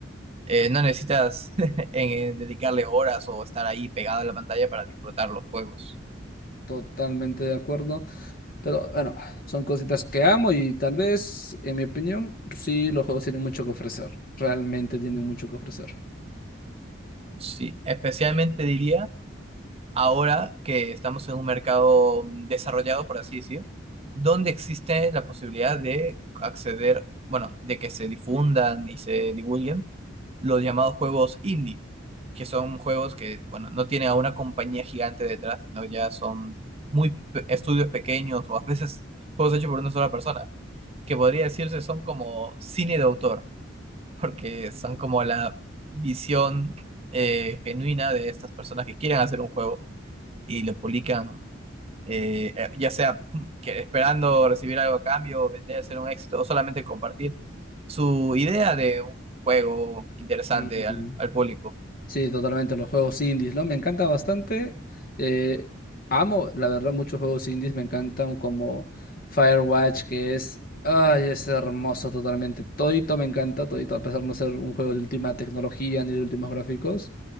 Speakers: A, on the right (about 30°); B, on the left (about 50°).
A: Eh, no necesitas <laughs> en- eh, dedicarle horas o estar ahí pegado a la pantalla para disfrutar los juegos.
B: totalmente de acuerdo. Pero bueno, son cositas que amo y tal vez, en mi opinión, sí, los juegos tienen mucho que ofrecer. Realmente tienen mucho que ofrecer.
A: Sí, especialmente diría ahora que estamos en un mercado mm, desarrollado, por así decir, donde existe la posibilidad de acceder, bueno, de que se difundan y se divulguen los llamados juegos indie, que son juegos que, bueno, no tienen a una compañía gigante detrás, sino ya son muy pe- estudios pequeños o a veces juegos hechos por una sola persona. que podría decirse son como cine de autor, porque son como la visión eh, genuina de estas personas que quieren hacer un juego y lo publican, eh, eh, ya sea que esperando recibir algo a cambio, vender, ser un éxito, o solamente compartir su idea de un juego interesante
B: Ujú.
A: al, al público.
B: Sí, totalmente, los juegos indies, ¿no? Me encanta bastante. eh, amo, la verdad, muchos juegos indies. Me encantan como Firewatch, que es... Ay, es hermoso totalmente. Todito me encanta, todito, a pesar de no ser un juego de última tecnología ni de últimos gráficos.